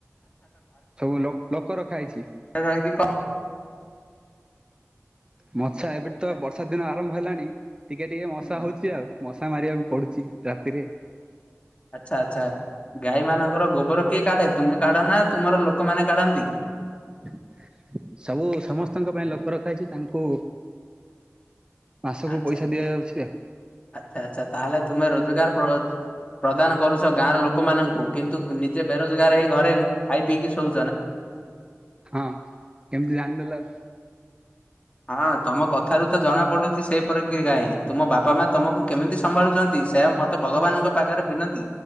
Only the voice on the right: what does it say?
ସବୁ ଲୋ ଲୋକ ରଖା ହେଇଚି।
ମଶା ଏବେଠୁ
ତ ବର୍ଷା ଦିନ ଆରମ୍ଭ ହେଲାଣି ଟିକେ ଟିକେ ମଶା
ହଉଚି ଆଉ ମ ଶା ମାରିବାକୁ ପଡୁଛି ରାତିରେ।
<inaudible> ସବୁ ସମସ୍ତଙ୍କ ପାଇଁ ଲୋକ ରଖା ହେଇଛି ତାଙ୍କୁ ମାସକୁ
ପଇସା
ଦିଆଯାଉଛି ଆଉ
ହଁ କେମିତି ଜାଣିଦେଲ?